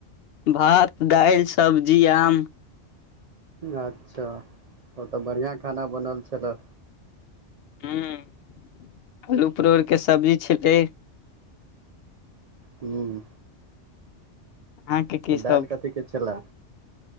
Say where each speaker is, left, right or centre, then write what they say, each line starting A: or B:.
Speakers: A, on the left; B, on the right.
A: भात दालि सब्जी आम।
B: अच्छा ओ तऽ बढ़िआ खाना बनल छलए
A: हू आलू परोरके सब्जी छलै
B: हूँ।
A: अहाँकेँ कि सभ
B: दालि कथीके छलए